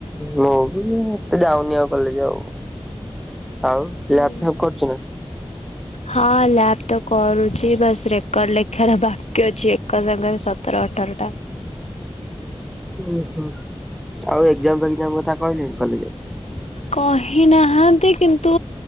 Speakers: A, in the centre; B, on the left.
A: ମୁଁ ବି ଏତେ ଯାଉନି ଆଉ କଲେଜ ଆଉ, ଆଉ!
B: ହୁଁ।
A: ଲ୍ୟାପ, ଭ୍ୟପ କରିଛୁନା!
B: ହଁ ଲ୍ୟାପତ କରୁଛି। ବାସ୍ ରେକର୍ଡ ଲେଖାର ବାକି ଅଛି। ଏକ ସାଙ୍ଗରେ ସତର, ଅଠରଟା।
A: ହୁଁ, ହୁଁ। ଆଉ ଏକ୍ଜାମ, ଫ୍କେଜାମ କଥା କହିଲେଣି କଲେଜ ରେ?
B: କହି ନାହାନ୍ତି କିନ୍ତୁ